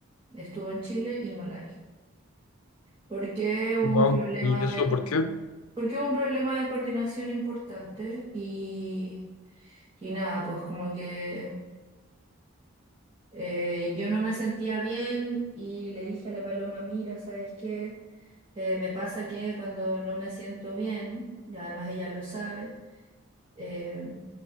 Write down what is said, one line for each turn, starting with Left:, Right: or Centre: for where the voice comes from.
Right: Estuvo en Chile y no la vi. Porque hubo
Left: Wow,
Right: un problema
Left: ¿y eso
Right: de, co-
Left: por qué?
Right: porque hubo un problema de coordinación importante y, y nada, pues como que eh, yo no me sentía bien y le dije a la Paloma, mira, ¿sabes qué? Eh, me pasa que cuando no me siento bien, y además ella lo sabe, Eh,